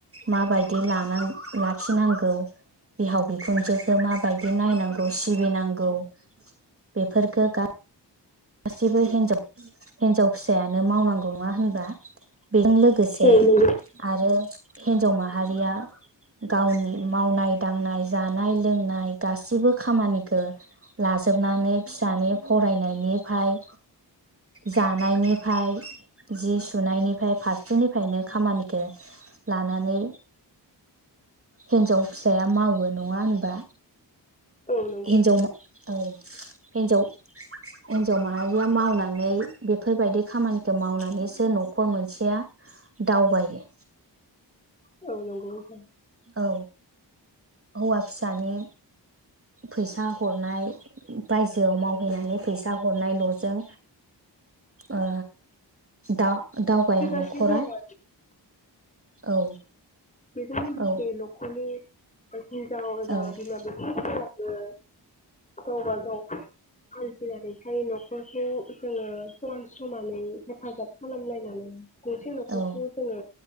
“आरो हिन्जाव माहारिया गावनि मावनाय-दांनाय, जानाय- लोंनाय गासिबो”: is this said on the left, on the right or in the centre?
Right